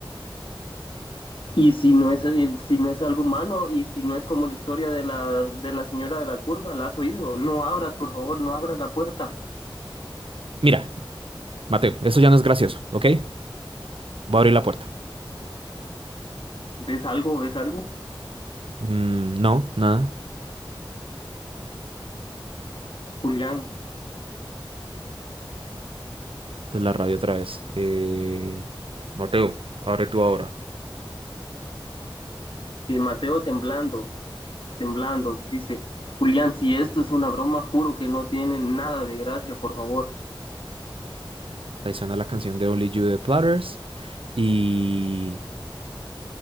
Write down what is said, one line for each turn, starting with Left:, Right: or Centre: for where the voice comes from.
Left: Y si no es, el- si no es algo humano y si no es como la historia de la, de la señora de la curva, la has oído. No abras, por favor, no abras la puerta.
Right: Mira, Mateo, eso ya no es gracioso, ¿ok? Voy a abrir la puerta.
Left: ¿Ves algo? ¿Ves algo?
Right: Mm, no, nada.
Left: Julián,
Right: De la radio otra vez. Eh, Mateo, abre tú ahora.
Left: y Mateo temblando. temblando. Dice, Julián, si esto es una broma, juro que no tiene nada de gracia, por favor.
Right: Ahí suena la canción de Only You de Platters y